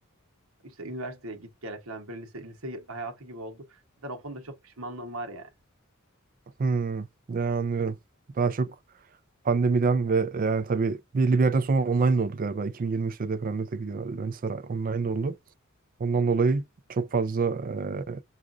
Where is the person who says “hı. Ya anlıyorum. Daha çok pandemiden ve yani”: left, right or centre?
Right